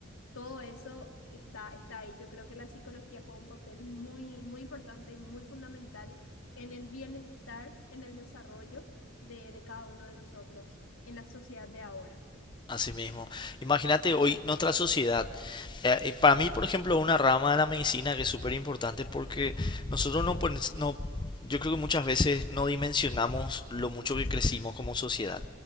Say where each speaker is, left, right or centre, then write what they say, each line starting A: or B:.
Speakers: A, on the left (about 85°); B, on the left (about 20°).
A: todo eso está, está ahí. Yo creo que la psicología juega un papel muy, muy importante y muy fundamental en el bienestar, en el desarrollo de, de cada uno de nosotros, en la sociedad de ahora.
B: Así mismo. Imagínate hoy nuestra sociedad. eh, y para mí, por ejemplo, una rama de la medicina que es súper importante porque nosotros no, pon- no, yo creo que muchas veces no dimensionamos lo mucho que crecimos como sociedad.